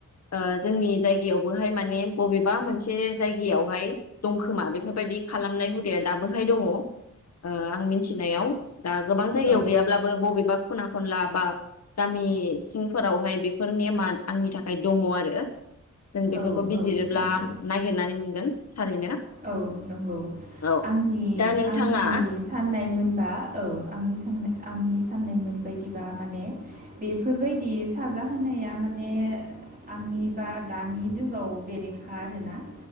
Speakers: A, on the left; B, on the right.
A: ओह जोंनि जायगायाव बोहाय माने बबेबा मोनसे जायगायावहाय दं खोमा बेफोरबायदि खालामनाय हुद दे दाबोहाय दङ। ओह आं मिथिनायाव दा गोबां जायगायाव
B: औ
A: गैयाब्लाबो बबेबा खना खनला बा गामि सिंफोराव ओमफ्राय बेफोर नेमा आंनि थाखाय दङ आरो। जों बेफोरखौ
B: औ
A: बिजिरोब्ला
B: औ नंगौ
A: नागिरनानै मोनगोन। थारैनो
B: औ नंगौ
A: औ।
B: आंनि
A: दा नोंथाङा
B: आंनि साननायमोनबा औ आंनि साननाय आंनि <inaudible> सान्नाय मोन बायदिबा माने बेफोरबायदि साजा होनोनाया माने आंनि बा दानि जुगाव बेरेखा आरोना? <inaudible>